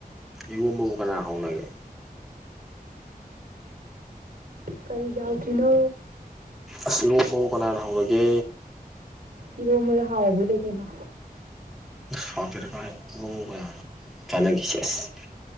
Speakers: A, in the centre; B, on the right (about 70°).
A: ꯏꯔꯣꯟꯕꯕꯨ ꯀꯅꯥ ꯍꯧꯅꯒꯦ
B: ꯀꯔꯤꯒꯤ ꯌꯥꯎꯇꯔꯤꯅꯣ
A: ꯑꯁ ꯔꯣꯝꯕꯕꯨ ꯀꯅꯥꯅ ꯍꯧꯎꯅꯒꯦ
B: ꯏꯔꯣꯝꯕꯗ ꯍꯥꯎꯕ ꯂꯩ ꯀꯩꯅꯣ
A: ꯍꯥꯎꯇꯦꯗ ꯀꯥꯏ ꯐꯔꯣꯟꯕꯕꯨ ꯀꯅꯥ ꯆꯅꯒꯦ ꯁꯦꯁ